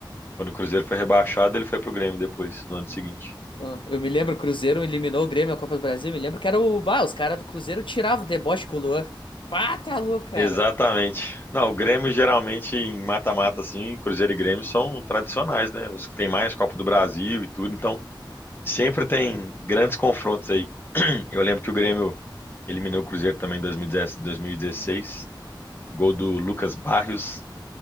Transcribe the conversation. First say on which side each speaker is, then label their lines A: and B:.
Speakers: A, on the left; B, on the left.
A: Quando o Cruzeiro foi rebaixado, ele foi pro Grêmio depois, no ano seguinte.
B: Ah, Eu me lembro, o Cruzeiro eliminou o Grêmio na Copa do Brasil. Me lembro que era o. Bah, os caras do Cruzeiro tiravam o deboche com o Luan. Bah, tá louco, cara.
A: Exatamente. Não, o Grêmio geralmente em mata-mata assim, Cruzeiro e Grêmio são tradicionais, né? Os que tem mais Copa do Brasil e tudo, então Sempre tem grandes confrontos aí. <clears throat> Eu lembro que o Grêmio eliminou o Cruzeiro também em 2010 2016, gol do Lucas Barrios.